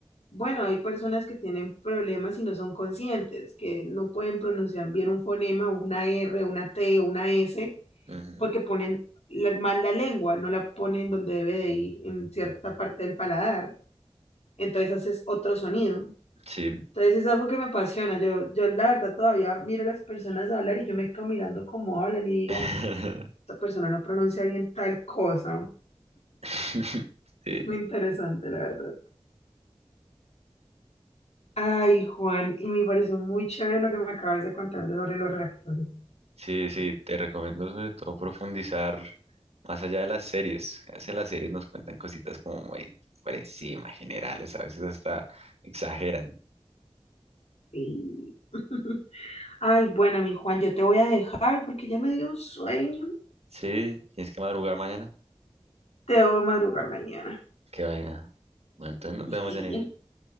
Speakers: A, on the left; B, on the right.
A: bueno, hay personas que tienen problemas y no son conscientes, que no pueden pronunciar bien un fonema, una R, una T, una S,
B: Ujú,
A: porque ponen la- mal la lengua, no la ponen donde debe de ir, en cierta parte del paladar. Entonces haces otro sonido.
B: sí.
A: Entonces es algo que me apasiona. Yo, yo la verdad todavía miro a las personas hablar y yo me quedo mirando cómo hablan y digo,
B: <laughs>
A: esta persona no pronuncia bien tal cosa.
B: <laughs> Sí.
A: Es muy interesante, la verdad. Ay, Juan, y me pareció muy chévere lo que me acabas de contar de sobre los reactores.
B: Sí, sí, te recomiendo sobre todo profundizar más allá de las series. A veces las series nos cuentan cositas como muy por encima, generales, a veces hasta exageran.
A: Sí. <laughs> Ay, bueno, mi Juan, yo te voy a dejar porque ya me dio un sueño.
B: Sí, tienes que madrugar mañana.
A: Te voy a madrugar mañana.
B: Qué vaina. Bueno, entonces nos
A: Sí,
B: vemos, Janine.